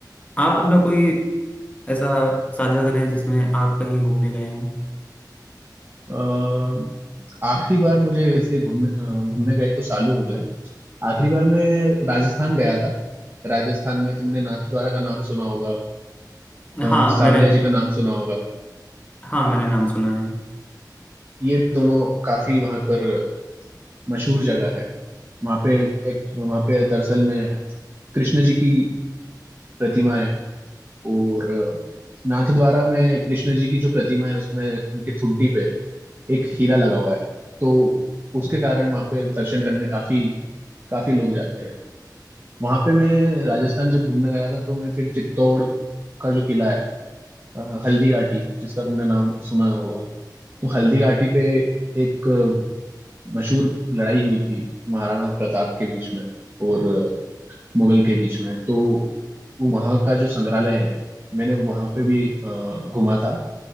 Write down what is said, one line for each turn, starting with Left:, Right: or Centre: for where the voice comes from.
Left: आप अपना कोई ऐसा साझा करें जिसमें आप कहीं घूमने गए हों
Right: अ, आखिरी बार मुझे वैसे घूमने अ, घूमने गए तो सालों हो गए आखिरी बार मैं राजस्थान गया था राजस्थान में तुमने नाथ द्वारा का नाम सुना होगा
Left: हाँ
Right: अ, सावलिया
Left: मैंने
Right: जी का नाम सुना होगा
Left: हाँ मैंने नाम सुना है
Right: ये दोनों काफी वहां पर मशहूर जगह है वहां पे एक वहां पे दरअसल में कृष्ण जी की प्रतिमा है और नाथद्वारा में कृष्ण जी की जो प्रतिमा है उसमें उनके ठुड्डी पे एक हीरा लगा हुआ है तो उसके कारण वहां पे दर्शन करने काफी काफी लोग जाते हैं वहां पे मैं राजस्थान जब घूमने गया था तो मैं फिर चित्तौड़ का जो किला है अ, हल्दी घाटी जिसका तुमने नाम सुना होगा तो हल्दी घाटी पे एक मशहूर लड़ाई हुई थी महाराणा प्रताप के बीच में और अ, मुगल के बीच में तो वहाँ का जो संग्रहालय है मैंने वहाँ पे भी अ, घूमा था